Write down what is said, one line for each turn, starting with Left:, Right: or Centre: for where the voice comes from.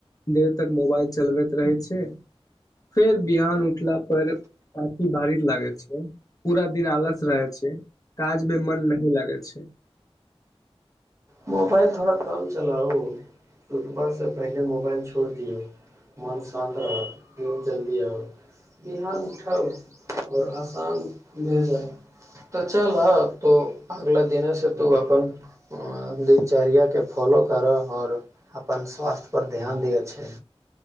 Left: देर तक मोबाइल चलबैत रहै छै फेर बिहान उठला पर पथी भारीित लागै छै पूरा दिन आलस रहै छै काजमे मन नही लागै छै
Right: मोबाइल थोड़ा काम चलाउ रकबा से पहिले मोबाइल छोड़ दिौ मन शान्त रहत प जल्दी आउ बिहान उठाउ आओर आसान भ जा तऽ चल हऽ तो अगला दििनसँ तू अपन दिनचर्याके फॉलो करऽ आओर अपन स्वास्थ्य पर ध्यान दअ छै